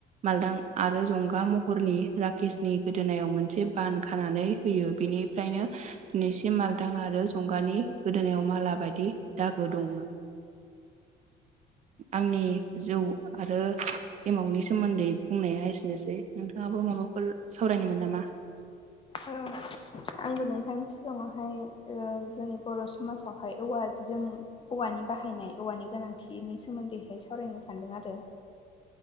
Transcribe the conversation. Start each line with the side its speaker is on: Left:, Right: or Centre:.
Right: मालदां आरो जंगा महरनि राकेशनि गोदोनायाव मोनसे बान खानानै होयो बिनिफ्रायनो दिनैसिम मालथां आरो जंगानि गोदोनायाव माला बायदि दागो दङो आंनि जौ आरो एमाउनि सोमोन्दै बुंनाया एसेनोसै नोंथाङाबो माबाफोर सावरायनोमोन नामा?
Left: औ आंबो नोंथांनि सिगाङावहाय ओ जोंनि बर' समाजावहाय औवाजों औवानि बाहायनाय औवानि गोनांथिनि सोमोन्दैहाय सावरायनो सानदों आरो।